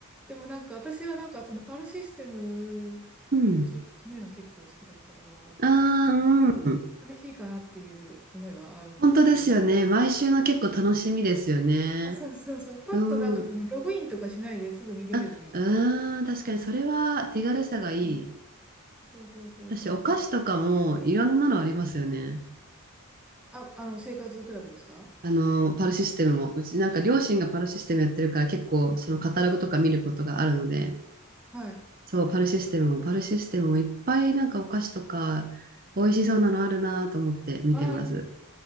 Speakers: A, in the centre; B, on the right.
A: でもなんか、私はなんか、そのパルシステムのチラシ見るの結構好きだったから、
B: う。うん。ああ、うん。
A: 厳しいかなっていう思いはあるんですけど。
B: 本当ですよね。毎週の結構楽しみですよね。
A: あ、そうそうそう。パッとなんかそのログインとかしないですぐ見れるじゃないですか。
B: うん。あ、うん。確かにそれは手軽さがいい。
A: うん。そうそうそうそうそう。
B: 私、お菓子とかもいろんなのありますよね。
A: あ、あの、生活クラブですか
B: あの、パルシステムも。うちなんか両親がパルシステムやってるから結構そのカタログとか見ることがあるので、
A: はい。
B: そう、パルシステムも、パルシステムもいっぱいなんかお菓子とか、美味しそうなのあるなと思って見てます。
A: あ、あります。